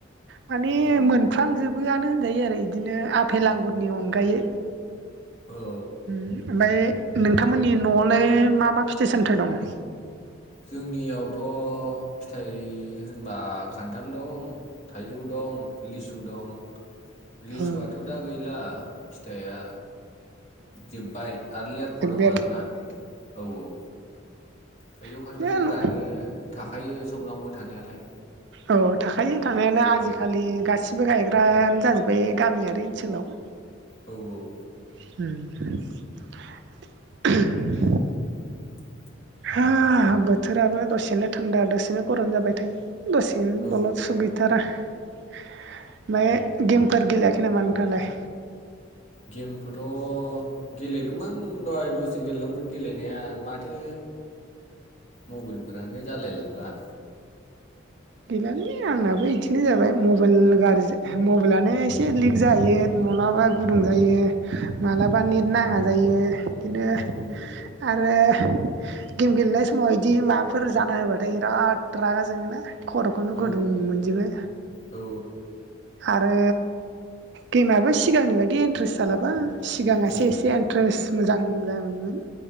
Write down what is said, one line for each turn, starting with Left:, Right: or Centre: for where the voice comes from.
Right: माने
Left: औ
Right: मोनफ्रामजोबोआनो होनजायो एदिनो आफेपल आंगुरनि अनगायै
Left: औ
Right: ओमफ्राय नोंथांमोननि न'आवलाय मा मा फिथाइ सामथाइ दं।
Left: जोंनियावथ' फिथाइ होनबा खान्थाल दं। थाइजौ दं लिसु दं लिसुआथ'
Right: ओ
Left: दा गैला फिथाइया जोबबाय आरो लेरख'
Right: जोब्बाय
Left: दं आरोना। औ औ थाइजौ
Right: आरो
Left: खान्थालफोरानो
Right: औ
Left: थाखायो सबनावबो थानायालाय।
Right: औ थाखायो थानायालाय आजिखालि गासिबो गायग्रायानो जाजोब्बाय गामियारि ओनसोलाव।
Left: औ औ।
Right: उम।
Left: <inaudible>
Right: हा बोथोराबो दसेनो थान्दा दसेनो गरम जाबाय थायो दसेनो बेनो
Left: औ
Right: दलद सुग गैथारा। ओमफ्राय गेमफोर गेलेयाखै नामा नोंथाङालाय?
Left: गेमखौथ' गेलेदोंमोन दहाय दसे गेलेदोंमोन गेलेनाया माथो मबाइलफोरानो जालायलांला।
Right: गैलालै आंनाबो बिदिनो जाबाय मबाइल गाज्रि मबाइलानो एसे लिक जायो मलााबा गुदुं जायो मालाबा नेट नाङा जायो बिदिनो
Left: औ
Right: आरो गेम गेलेनाय समाव बिदि माबाफोर जाना होबाथाय बिराद रागा जोङो ना? खर'खौनो
Left: औ
Right: गुदुं मोनजोबो।
Left: औ
Right: आरो गेमाबो सिगांनि बायदि इन्ट्रेस जालाबा सिगाङ
Left: औ
Right: एसे एन्ट्रेस्ट मोजां जायोमोन